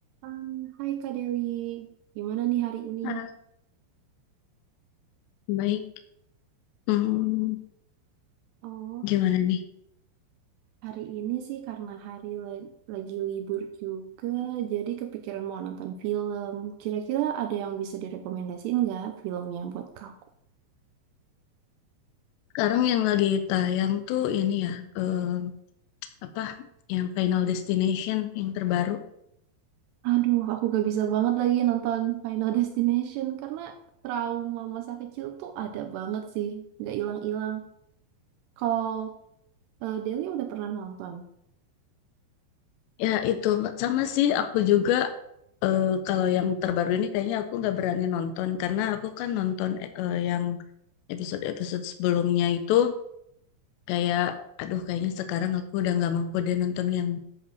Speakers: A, on the right (about 80°); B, on the left (about 80°).
A: Um, hai Kak Deli, gimana nih hari ini?
B: Ah, Baik, Hmm,
A: Oh,
B: gimana nih?
A: hari ini sih karena hari la- lagi libur juga, jadi kepikiran mau nonton film. Kira-kira ada yang bisa direkomendasiin nggak filmnya buat kaku?
B: Sekarang yang lagi tayang tuh ini ya, eh, apa yang Final Destination yang terbaru.
A: Aduh, aku gak bisa banget lagi nonton Final Destination karena trauma masa kecil tuh ada banget sih, nggak hilang-hilang. Kalau eh, Deli udah pernah nonton?
B: Ya itu Mbak. sama sih aku juga eh, kalau yang terbaru ini kayaknya aku nggak berani nonton karena aku kan nonton eh, yang episode-episode sebelumnya itu kayak aduh kayaknya sekarang aku udah nggak mampu deh nonton yang